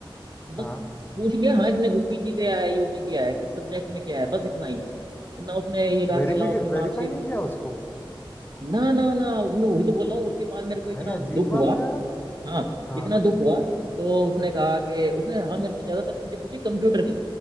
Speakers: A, on the right; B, on the left.
A: बस
B: हाँ
A: पूछ लिया हाँ इसने पीजी किया है यूजी किया है किस सब्जेक्ट में किया है बस इतना ही तो ना उसने ये कहा
B: वेरीफाई
A: कि लाओ अपने मार्कशीट
B: वेरीफाई नहीं किया उसको
A: ना ना ना मैं वही तो बोल रहा हूँ उसके बाद मेरे को
B: भाई
A: इतना
B: अजीब
A: दुख
B: बात
A: हुआ
B: है यार
A: हाँ
B: हाँ
A: इतना
B: हाँ
A: दुख हुआ तो उसने कहा कि उसने हाँ मेरे से ज्यादातर चीजें पूछी कंप्यूटर की